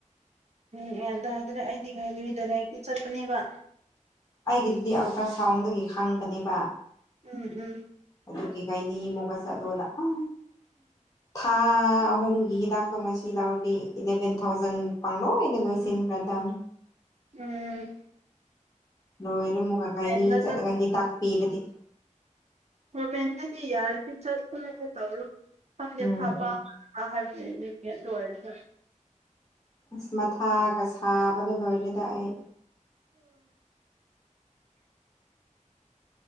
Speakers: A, on the right; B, on the left.
A: ꯎꯝ ꯌꯥꯟ ꯇꯥꯗ꯭ꯔꯦ ꯑꯩꯗꯤ ꯉꯥꯏ ꯅꯨꯃꯤꯗꯔ ꯍꯦꯛꯇ ꯆꯠꯄꯅꯦꯕ
B: ꯑꯩꯒꯤꯗꯨꯗꯤ ꯑꯜꯇ꯭ꯔꯥꯁꯥꯎꯟꯗꯒꯤ ꯈꯪꯕꯅꯦꯕ
A: ꯎꯝ ꯍꯝ
B: ꯑꯗꯨꯒꯤꯒꯩꯅꯤ ꯑꯃꯨꯛꯀ ꯆꯠꯗꯣꯅ ꯑ ꯊꯥ ꯑꯍꯨꯝꯒꯤ ꯍꯤꯗꯥꯛꯇꯣꯡꯉꯥꯏꯁꯤ ꯌꯥꯎꯔꯗꯤ ꯏꯂꯚꯦꯟ ꯊꯥꯎꯖꯟ ꯄꯥꯡꯂꯣ ꯏ ꯂꯣꯏꯁꯤ꯭ꯔꯥꯗꯝ
A: ꯎꯝ
B: ꯂꯣꯏꯔꯝꯃꯨꯒꯈꯥꯏꯅꯤ
A: ꯇ꯭ꯔꯦꯟꯗ
B: ꯆꯠꯂꯒ ꯍꯤꯗꯥꯛ ꯄꯤꯔꯗꯤ
A: ꯣꯔꯃꯦꯟꯗꯗꯤ ꯌꯥꯔꯗꯤ ꯆꯨꯗ ꯇꯧꯔꯣ ꯈꯪꯗꯦ
B: ꯎꯝ
A: ꯐꯕ ꯍꯥꯏꯕ ꯦ ꯇꯋꯥꯔꯁ
B: ꯑꯁ ꯃꯊꯥꯒ ꯁꯥꯕꯗꯣ ꯂꯣꯏꯔꯦꯗ ꯑꯩ ꯐ